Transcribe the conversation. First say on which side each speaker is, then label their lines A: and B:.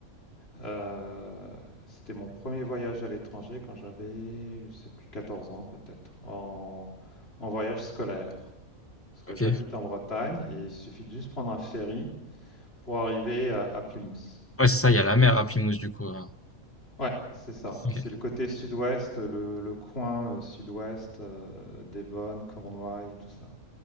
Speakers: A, on the left; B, on the left.
A: Euh, c'était mon premier voyage à l'étranger quand j'avais, je sais plus, 14 ans peut-être, en, en voyage scolaire. Parce que
B: ok.
A: j'habite en Bretagne et il suffit de juste prendre un ferry pour arriver à, à Plymouth.
B: Ouais, c'est ça, il y a la mer à Plymouth du coup. hein.
A: Ouais, c'est ça.
B: Ok,
A: C'est le côté sud-ouest, le, le coin euh, sud-ouest, euh, Devon, Cornouailles et tout ça.